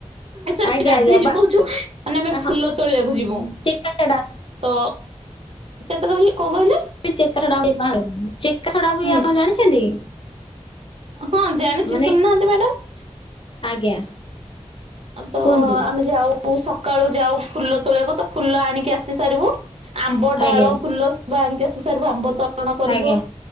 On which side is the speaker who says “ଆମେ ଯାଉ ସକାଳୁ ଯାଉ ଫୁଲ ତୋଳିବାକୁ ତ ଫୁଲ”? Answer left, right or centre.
Right